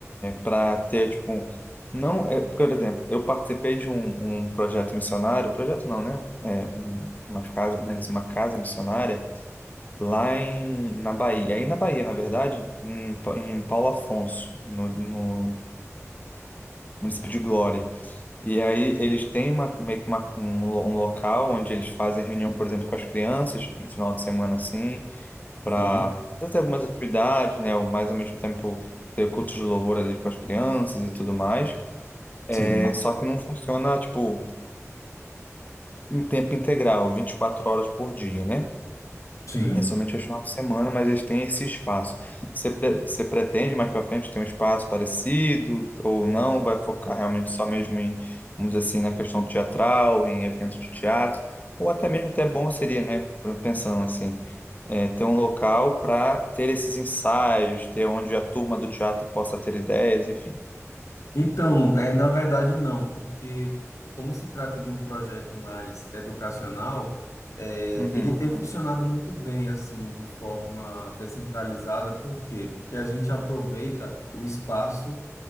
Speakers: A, on the left; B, on the left.
A: para ter, tipo, não, é, por exemplo, eu participei de um, um projeto missionário, projeto não, né? É, um- uma casa, vamos dizer, assim, uma casa missionária lá em, na Bahia, aí na Bahia, na verdade, em, Pa- em Paulo Afonso, no, no município de Glória. E aí eles têm uma, meio que uma, um, lo- um local onde eles fazem reunião, por exemplo, com as crianças, de final de semana assim para
B: Sim.
A: fazer algumas atividades, né? Mas ao mesmo tempo ter culto de louvor ali com as crianças e tudo mais.
B: Sim,
A: É, só que não funciona, tipo, em tempo integral, 24 horas por dia, né?
B: sim.
A: É somente aos finais de semana, mas eles têm esse espaço. Você, pre- você pretende mais para frente ter um espaço parecido ou não? Vai focar realmente só mesmo em, vamos dizer assim, na questão teatral, em eventos de teatro? Ou até mesmo até bom seria, né? Pensando assim, é, ter um local para ter esses ensaios, ter onde a turma do teatro possa ter ideias, enfim.
B: Então, é, na verdade não, porque como se trata de um projeto mais educacional, é,
A: Uhum,
B: ele tem funcionado muito bem, assim, de forma descentralizada. Por quê? Porque a gente aproveita o espaço